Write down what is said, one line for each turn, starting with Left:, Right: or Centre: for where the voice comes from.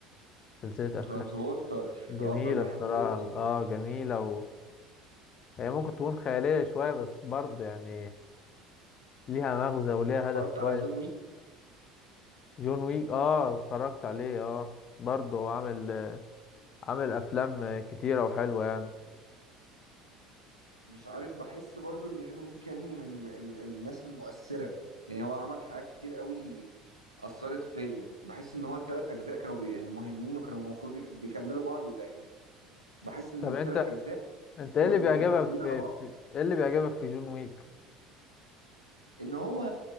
Left: سلسلة افلام
Right: ترانسبورتر
Left: جميلة
Right: اه انا بحبه
Left: الصراحة
Right: جدا
Left: اه جميلة و... هي ممكن تكون خيالية شوية بس برضه يعني ليها مغزى وليها هدف
Right: اتفرجت
Left: كويس
Right: على جون ويك
Left: جون ويك اه اتفرجت عليه اه برضه هو عامل عامل افلام كتيرة وحلوة يعني
Right: مش عارف بحس برضو ان جون ويك يعني من ال- ال- الناس المؤثرة يعني هو عمل حاجات كتير قوي اثرت فيا بحس ان هو الثلاث اجزاء كانوا بي يعني مهمين وكانوا المفروض يج- بيكملوا بعض يعني بحس ان
Left: طب
Right: الثلاث
Left: انت
Right: اجزاء
Left: انت ايه
Right: مت-
Left: اللي بيعجبك
Right: مترتبين
Left: في,
Right: على بعض
Left: في ايه اللي بيعجبك في جون ويك
Right: ان هو